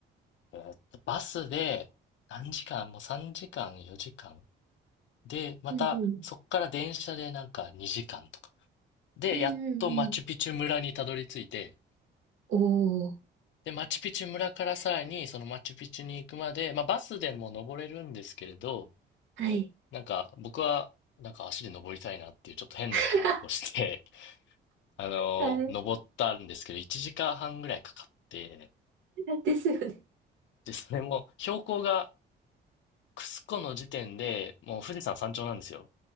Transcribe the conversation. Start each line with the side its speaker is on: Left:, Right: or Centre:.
Left: えーっと、バスで何時間、もう3時間、4時間。で、またそっから電車でなんか2時間とか。
Right: うん。うん。
Left: で、
Right: うんうんうん
Left: やっとマチュピチュ村にたどり着いて、
Right: おー。
Left: で、マチュピチュ村からさらにそのマチュピチュに行くまで、まあバスでも登れるんですけれど、
Right: はい。
Left: なんか僕はなんか足で登りたいなっていうちょっと変な気を起こして、
Right: <laughs>
Left: <laughs> あのー登ったんですけど、
Right: は
Left: 1時間半ぐらいかかって、
Right: い。ですよね。
Left: で、それも標高がクスコの時点で、もう富士山山頂なんですよ。